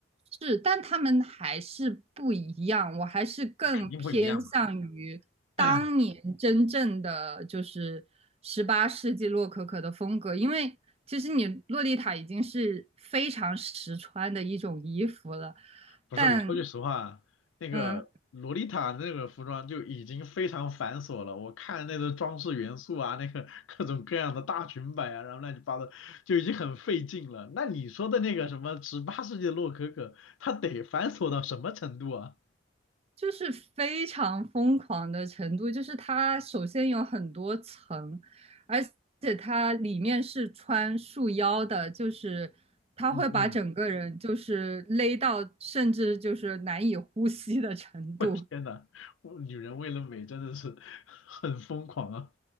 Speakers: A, on the right (about 30°); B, on the left (about 90°).
A: 是，但他们还是不一样，我还是更偏向于当年真正的就是十八世纪洛可可的风格，
B: 肯定不一样嘛。<laughs>
A: 因为其实你洛丽塔已经是非常实穿的一种衣服了，
B: 不是，
A: 但
B: 我说句实话，那个洛丽塔那个服装就已经非常繁琐了。
A: 嗯，
B: 我看那个装饰元素啊，那个各种各样的大裙摆啊，然后乱七八糟，就已经很费劲了。那你说的那个什么十八世纪的洛可可，它得繁琐到什么程度啊？
A: 就是非常疯狂的程度，就是它首先有很多层，而且它里面是穿束腰的，就是它会把整个人就是勒到甚至就是难以呼吸的程度。
B: 嗯嗯，我天呐，我女人为了美真的是很疯狂啊。